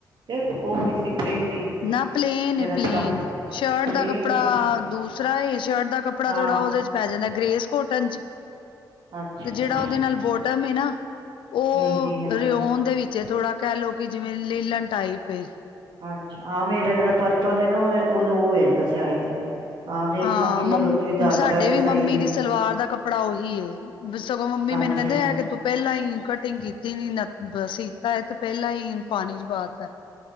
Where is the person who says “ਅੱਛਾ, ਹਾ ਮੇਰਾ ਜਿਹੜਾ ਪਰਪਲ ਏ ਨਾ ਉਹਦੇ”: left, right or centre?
Right